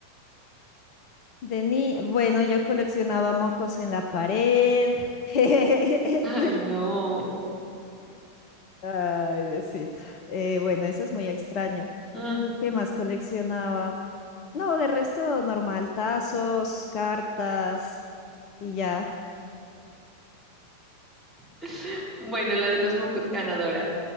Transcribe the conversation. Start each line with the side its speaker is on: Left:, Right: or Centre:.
Left: De ni... Bueno, yo coleccionaba mocos en la pared. <laughs>
Centre: Ay, no.
Left: Ay, Diosito. Eh, bueno, eso es muy extraño.
Centre: Mm,
Left: ¿Qué más coleccionaba? No, de resto normal, tazos, cartas y ya.
Centre: <laughs> Bueno, la de los mocos ganadora.